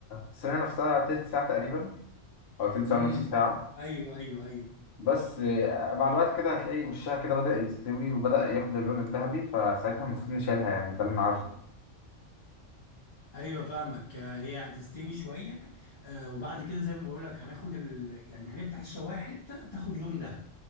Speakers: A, on the left; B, on the left.
A: الصينية نفسها تلت ساعة تقريبا او تلت ساعة
B: امم
A: نص ساعة
B: ايوه ايوه ايوه
A: بس آه، مع الوقت كده هتلاقي وشها كده بدأ يستوي وبدأ ياخد اللون الذهبي فساعتها المفروض نشيلها يعني ده اللي انا عارفه
B: ايوه فاهمك آه، هي هتستوي شويه آه، وبعد كده زي ما بقول لك هناخد ال... يعني هنفتح الشوايه حته تاخد لون ذهبي